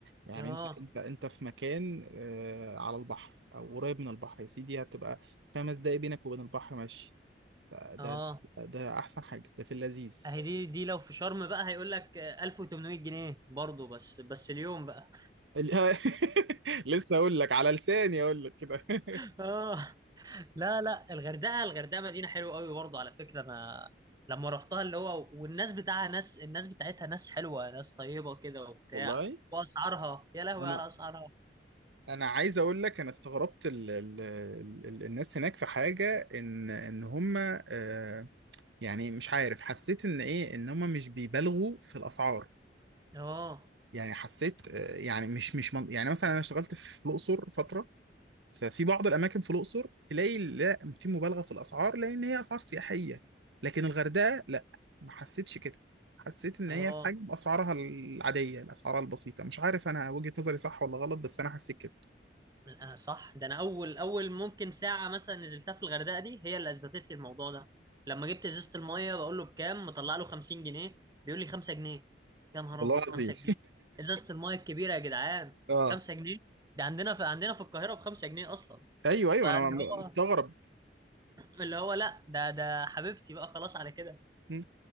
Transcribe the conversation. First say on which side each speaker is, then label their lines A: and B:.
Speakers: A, on the right; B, on the right.
A: يعني
B: اه
A: انت انت انت في مكان آه، على البحر او قريب من البحر يا سيدي هتبقى خمس دقايق بينك وبين البحر ماشي ده ده
B: اه
A: ده, ده احسن حاجه ده في اللذيذ
B: اهي دي دي لو في شرم بقى هيقول لك 1800 جنيه برضه بس بس اليوم بقى
A: ال- <laughs> لسه اقول لك على لساني اقول لك كده <laughs>
B: <laughs> اه لا لا الغردقه الغردقه مدينه حلوه قوي برضه على فكره انا لما رحتها اللي هو والناس بتاعها ناس الناس بتاعتها ناس حلوه ناس طيبه كده وبتاع
A: والله
B: واسعارها يا لهوي
A: انا
B: على اسعارها
A: انا عايز اقول لك انا استغربت ال ال ال الناس هناك في حاجه ان ان هم آه يعني مش عارف حسيت ان ايه ان هم مش بيبالغوا في الاسعار
B: اه
A: يعني حسيت آه يعني مش مش من يعني مثلا انا اشتغلت في الاقصر فتره ففي بعض الاماكن في الاقصر تلاقي لا في مبالغه في الاسعار لان هي اسعار سياحيه لكن الغردقه لا ما حسيتش كده حسيت ان
B: اه
A: هي الحاجه باسعارها العاديه الاسعار البسيطه مش عارف انا وجهه نظري صح ولا غلط بس انا حسيت كده
B: من- آه صح ده انا اول اول ممكن ساعه مثلا نزلتها في الغردقه دي هي اللي اثبتت لي الموضوع ده لما جبت ازازه الميه بقول له بكام مطلع له 50 جنيه بيقول لي 5 جنيه يا نهار
A: والله
B: ابيض
A: العظيم
B: 5 جنيه ازازه الميه الكبيره يا جدعان
A: <laughs> اه
B: 5 جنيه ده عندنا في عندنا في القاهره ب 5 جنيه اصلا
A: ايوه ايوه
B: فاللي
A: انا م-
B: هو
A: مستغرب
B: اللي هو لا ده ده حبيبتي بقى خلاص على كده
A: م.